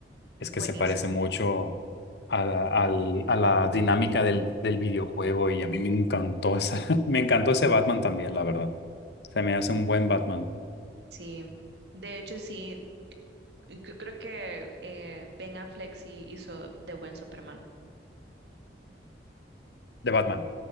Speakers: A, on the left; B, on the right.
A: Es
B: Buenísima.
A: que se parece mucho a la, al- a la dinámica del, del videojuego y a mí me encantó esa, <laughs> me encantó ese Batman también, la verdad. Se me hace un buen Batman.
B: Sí. De hecho, sí, y yo creo que eh, Ben Affleck sí hizo de buen Superman.
A: De Batman.